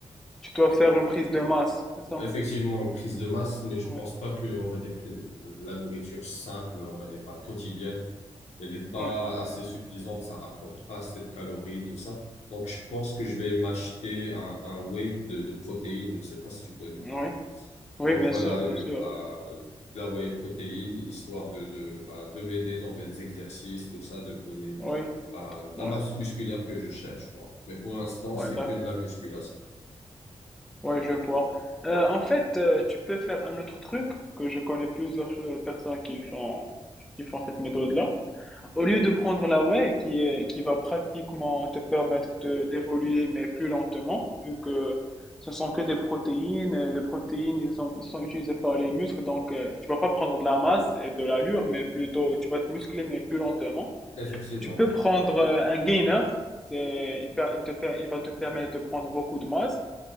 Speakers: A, in the centre; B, on the left.
A: Tu dois faire une prise de masse, c'est ça?
B: Effectivement, une prise de masse, mais je
A: Oui,
B: pense pas que, on va dire que le- le- la nourriture simple, on va dire, bah, quotidienne, elle est pas
A: oui,
B: assez suffisante, ça rapporte pas assez de calories, tout ça. Donc, je pense que je vais m'acheter un, un whey de, de protéines, je ne sais pas si tu connais.
A: oui, Oui,
B: Donc
A: bien
B: voilà,
A: sûr,
B: euh,
A: bien sûr.
B: bah, de la whey protéine, histoire de, de, bah, de m'aider dans mes exercices, tout ça, de me donner
A: Oui,
B: bah, la
A: oui,
B: masse musculaire que je cherche, quoi. Mais pour l'instant,
A: oui,
B: c'est
A: d'accord.
B: que de la musculation.
A: Oui, je vois. Euh, en fait, euh, tu peux faire un autre truc que je connais plusieurs euh, personnes qui le font, qui font cette méthode-là. Au lieu de prendre la whey qui est, qui va pratiquement te permettre de, d'évoluer, mais plus lentement, vu que ce sont que des protéines, et des protéines, ils sont, ils sont utilisés par les muscles, donc euh, tu vas pas prendre de la masse et de l'allure, mais plutôt, tu vas te muscler, mais plus lentement.
B: Effectivement.
A: Tu peux prendre euh, un gainer, c'est, il, per- il te per- il va te permettre de prendre beaucoup de masse,